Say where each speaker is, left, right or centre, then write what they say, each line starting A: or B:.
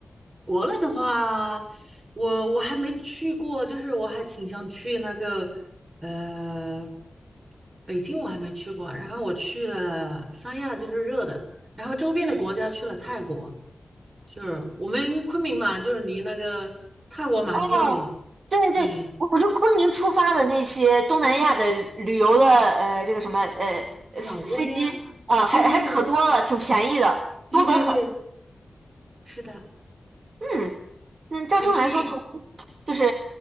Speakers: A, on the right; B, on the right.
A: 国内的话，我我还没去过，就是我还挺想去那个呃北京，我还没去过。然后我去了三亚，就是热的，然后周边的国家去了泰国，
B: 嗯。
A: 就是我们昆明嘛，就是离那个泰国蛮近的，
B: 哦，对对，
A: 对，
B: 我就昆明出发的那些东南亚的旅游的，呃，这个什么，呃，呃飞机，
A: 老挝呀，
B: 啊、还还可多了，
A: 对对对
B: 挺便宜的，
A: 对对对，
B: 多得很。
A: 是的，
B: 嗯，那照这么来说，
A: 你可以。
B: 从就是